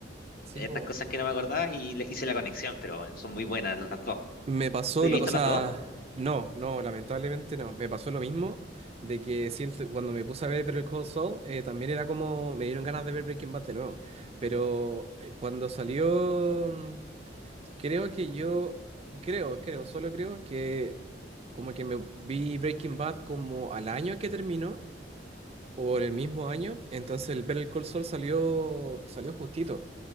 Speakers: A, on the right; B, on the left.
A: sí,
B: estas
A: pues.
B: cosas que no me acordaba y le- hice la conexión, pero bueno, son muy buenas las dos.
A: Me pasó
B: ¿Tú has
A: lo,
B: visto
A: o sea,
B: las dos?
A: no, no, lamentablemente no. Me pasó lo mismo de que siento, cuando me puse a ver Better Call Saul, eh, también era como, me dieron ganas de ver Breaking Bad de nuevo. Pero eh, cuando salió, mm, creo que yo, creo, creo, solo creo que como que me vi Breaking Bad como al año que terminó, o en el mismo año, entonces el Better Call Saul salió, salió justito,